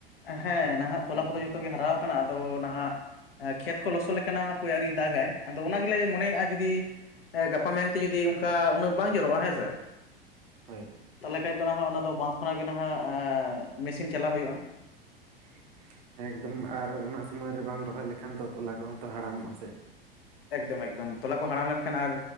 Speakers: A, on the left; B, on the right.
A: ᱦᱮᱸ ᱱᱟᱦᱟᱜ ᱛᱚᱞᱟ ᱠᱚᱫᱚ ᱡᱚᱛᱚ ᱜᱮ ᱦᱟᱨᱟᱣ ᱟᱠᱟᱱᱟ ᱾ ᱟᱫᱚ ᱱᱟᱦᱟᱜ ᱮ ᱠᱷᱮᱛ ᱠᱚ ᱞᱚᱥᱚᱫ ᱞᱮᱠᱟᱱᱟᱜ ᱦᱟᱯᱳᱭ ᱟᱹᱣᱨᱤᱭ ᱫᱟᱜᱟᱭ, ᱟᱫᱚ ᱚᱱᱟ ᱜᱮᱞᱮ ᱢᱚᱱᱮᱜ-ᱟ ᱡᱩᱫᱤ ᱜᱟᱯᱟ ᱢᱮᱭᱟᱝ ᱛᱮ ᱡᱩᱫᱤ ᱚᱱᱠᱟ ᱩᱱᱟᱹᱜ ᱵᱟᱝ ᱡᱚᱨᱚᱜ-ᱟ ᱦᱮᱸ ᱥᱮ <inaudible>
B: ᱦᱳᱭ ᱾
A: ᱛᱟᱦᱚᱞᱮ ᱠᱷᱟᱡ ᱫᱚ ᱱᱟᱦᱟᱜ ᱚᱱᱟ ᱫᱚ ᱵᱟᱸᱫᱷ ᱠᱷᱚᱱᱟᱜ ᱜᱮ ᱱᱟᱦᱟᱜ ᱮᱻ ᱢᱮᱥᱤᱱ ᱪᱟᱞᱟᱣ ᱦᱩᱭᱩᱜ-ᱟ ᱾
B: <inaudible> ᱮᱠᱫᱚᱢ ᱟᱨ ᱚᱱᱟ ᱥᱚᱢᱚᱭ ᱨᱮ ᱵᱟᱝ ᱨᱚᱦᱚᱭ ᱞᱮᱠᱷᱟᱱ ᱛᱚ ᱛᱚᱞᱟ ᱠᱚᱦᱚᱸ ᱛᱚ ᱦᱟᱲᱟᱢᱚᱜ-ᱟ ᱥᱮ ᱾
A: ᱮᱠᱫᱚᱢ ᱮᱠᱫᱚᱢ ᱛᱚᱞᱟ ᱠᱚ ᱦᱟᱲᱟᱢ ᱞᱮᱱᱠᱷᱟᱱ ᱟᱨ